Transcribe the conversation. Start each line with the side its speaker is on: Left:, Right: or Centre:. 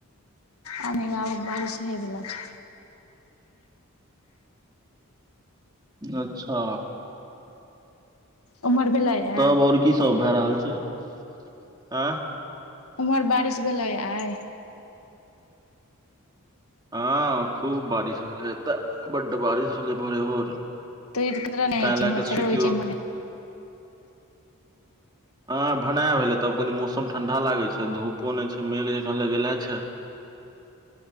Left: आबके बारिश होइवला छै।
Right: अच्छा
Left: उम्हर भेलैये
Right: तब ओर की सब भए रहल छै ऐं
Left: उम्हर बारिश भेलैय आइ
Right: हँ खूब बारिश भेलै एतऽ बड्ड बारिश भेलै भोरेभोर
Left: तऽ ई तरह नहि होइ
Right: तह
Left: छै
Right: लैक
Left: इम्हर से
Right: सुतियोक
Left: होइ छै इम्हर
Right: हँ भनै भेलै तब कनि मौसम ठण्डा लागै छै धूपो नै छै मेघ जँकाँ लगेले छै।
Left: <inaudible>